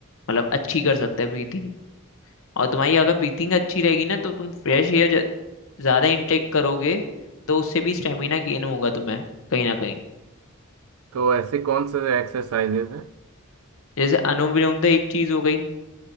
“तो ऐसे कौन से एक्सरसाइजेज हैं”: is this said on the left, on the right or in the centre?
Right